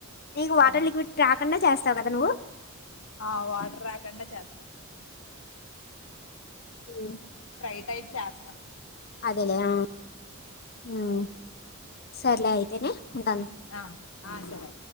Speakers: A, on the left; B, on the left.
A: నీకు వాటర్
B: అవును
A: లిక్విడ్ రాకుండా చేస్ చద కదా నువ్వు
B: ఆ వాటర్ రాకుండా చేస్తా
A: ఉమ్
B: ఫ్రై టై చేస్తా
A: అదేలే హు ఉమ్ సర్లే అయితేనే ఉంటాను
B: ఆ ఆ సరే